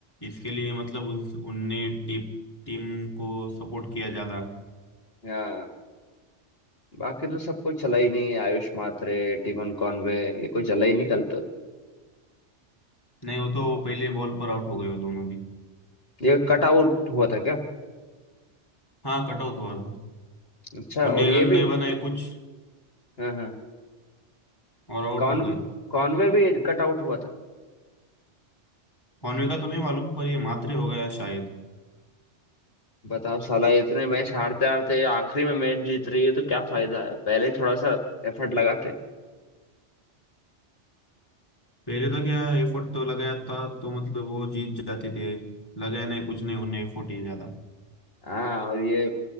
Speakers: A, on the left (about 20°); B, on the left (about 55°).
A: इसके लिए मतलब उन, उनने टीम टीम को सपोर्ट किया ज्यादा
B: हाँ बाकी तो सब कोई चला ही नहीं आयुष मात्रे टिमन कॉनवे ये कोई चला ही नहीं कल तो
A: नहीं वो तो पहले बॉल पर आउट हो गए वो दोनों भी
B: ये कट आउट हुआ था क्या
A: हाँ कट आउट हुआ था
B: अच्छा
A: उनने
B: और ये
A: रन
B: भी
A: नहीं बनाए कुछ
B: हाँ हाँ
A: और आउट
B: कॉन
A: हो गए
B: कॉनवे भी कट आउट हुआ था
A: कॉनवे का तो नहीं मालूम पर ये मात्रे हो गया शायद
B: बताओ साला इतने मैच हारते हारते आखिरी में मैच जीत रही है तो क्या फायदा है पहले ही थोड़ा सा एफर्ट लगाते
A: पहले तो क्या एफर्ट तो लगाया था तो मतलब वो जीत जाते थे लगाया नहीं कुछ नहीं उन्हें एफर्ट ही ज्यादा
B: हाँ और ये